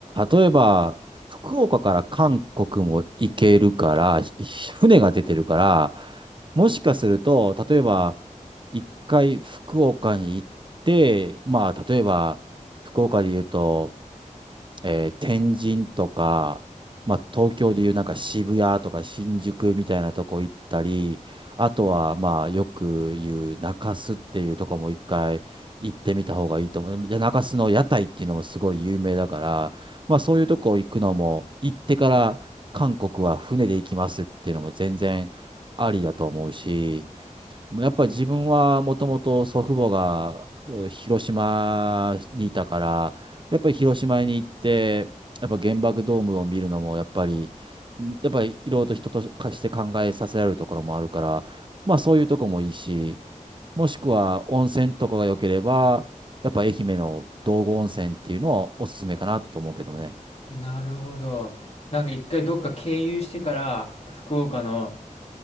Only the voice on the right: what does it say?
例えば、福岡から韓国も行けるから、ひ船が出てるから、もしかすると、例えば、一回福岡に行って、まあ、例えば、福岡で言うと、えー天神とか、まあ、東京でいうなんか渋谷とか新宿みたいなとこ行ったり、あとはまあよく言う中洲っていうとこも一回行ってみた方がいいと思う。い中洲の屋台っていうのもすごい有名だから、まあそういうとこ行くのも、行ってから韓国は船で行きますっていうのも全然ありだと思うし、もやっぱり自分はもともと祖父母がう広島にいたから、やっぱり広島に行って、やっぱ原爆ドームを見るのも、やっぱり、んやっぱりいろいろと人と化して考えさせられるところもあるから、まあそういうとこもいいし、もしくは温泉とかが良ければ、やっぱ愛媛の道後温泉っていうのをおすすめかなと思うけどね。